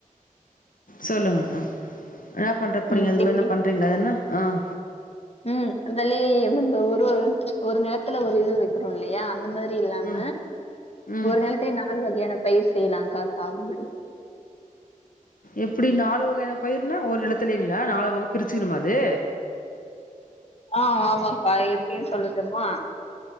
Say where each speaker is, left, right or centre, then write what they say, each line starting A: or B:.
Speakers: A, on the left; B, on the left.
A: சொல்லுங்க ஆ என்ன பண்ற போறிங்க
B: ம்.
A: அதுக்கெல்ல
B: எப்படி
A: என்ன பண்றீங்களா அது என்ன ஆஹ
B: உம் அதலயே வந்து ஒரு ஒரு நேரத்துல ஒரு இது வைக்கிறோம் இல்லையா அந்த மாதிரி இல்லாம
A: ம் ம்
B: ஒரு நேரலத்துலய நாலு வகையான பயிர் செய்யலாம்கா சாகுபடி
A: எப்டி நாலு வகையான பயிருனா ஒரு நிலத்துலேங்களா நாலு வகை பிரிச்சுக்கிறமா அது
B: ஆஹ ஆமாக்கா எப்படின்னு சொல்லட்டுமா